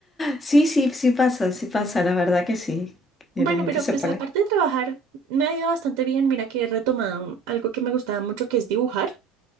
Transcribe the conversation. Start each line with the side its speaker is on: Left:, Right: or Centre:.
Left: sí, sí, sí pasa, sí pasa, la verdad que sí. Y
Right: Bueno,
Left: la gente
Right: pero
Left: se
Right: pues
Left: pone.
Right: aparte de trabajar, me ha ido bastante bien. Mira que he retomado algo que me gustaba mucho, que es dibujar.